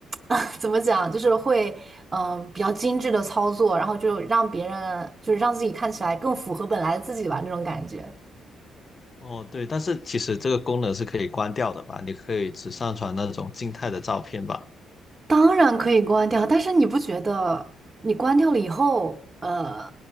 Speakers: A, on the right; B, on the left.
A: <laughs> 怎么讲，就是会，嗯、比较精致的操作，然后就让别人，就是让自己看起来更符合本来的自己吧，那种感觉。
B: 哦，对，但是其实这个功能是可以关掉的吧？你可以只上传那种静态的照片吧？
A: 当然可以关掉，但是你不觉得你关掉了以后，呃，